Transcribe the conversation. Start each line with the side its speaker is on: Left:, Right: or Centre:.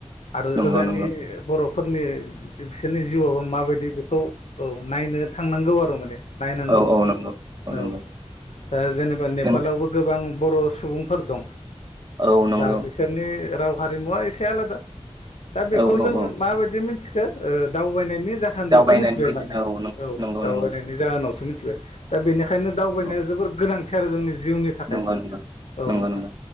Left: आरो
Right: नंगौ
Left: ओजानि
Right: नंगौ
Left: बर'फोरनि बिसोरनि जिउआवबो माबायदि बेखौ औ नायनो थांनांगौ आरो माने नायनांगौ
Right: औ औ नंगौ नंगौ
Left: औ दा जेनेबा नेपालावबो
Right: नों
Left: गोबां बर' सुबुंफोर दं
Right: औ नंगौ
Left: दा बिसोरनि राव हारिमुवा एसे आलादा दा बेखौ
Right: औ औ
Left: जोङो
Right: औ
Left: माबायदि मिनथिखो दावबायनायनि जाहोन
Right: दावबायनायनि
Left: सो मिनथिबाय
Right: गेजेरजों
Left: माने औ
Right: नंगौ
Left: दावबायनायनि
Right: नंगौ
Left: जाहोनावसो मिथिबाय दा बेनिखायनो दावबायनाया
Right: औ
Left: जोबोर गोनांथि आरो जोंनि जिउनि थाखाय
Right: नंगौ नंगौ
Left: औ नोंथां
Right: नंगौ नंगौ